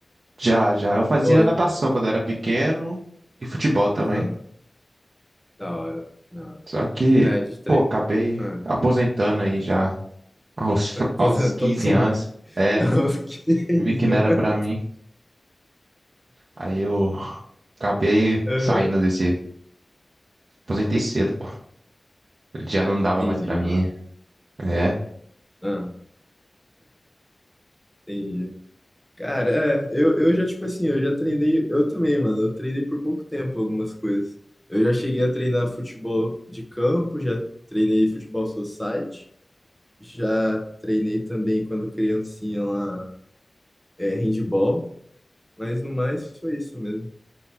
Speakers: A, on the right (about 80°); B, in the centre.
A: Já, já. Eu fazia
B: Pô,
A: natação quando era pequeno e futebol também.
B: aham. Da hora, da hora.
A: Só que,
B: É, de tre...
A: pô, acabei
B: Ah,
A: aposentando aí já aos,
B: aposentou
A: <laughs> aos 15
B: com
A: anos. É,
B: <laughs> aos 15
A: vi que não
B: anos.
A: era pra mim. Aí eu acabei
B: Aham.
A: saindo desse. Aposentei cedo, pô. Já não dava
B: Entendi.
A: mais pra mim. É.
B: Ah, entendi. Cara, é, eu, eu já, tipo assim, eu já treinei, eu também, mano, eu treinei por pouco tempo algumas coisas. Eu já cheguei a treinar futebol de campo, já treinei futebol society, já treinei também quando criancinha lá, é, handball, mas no mais foi isso mesmo.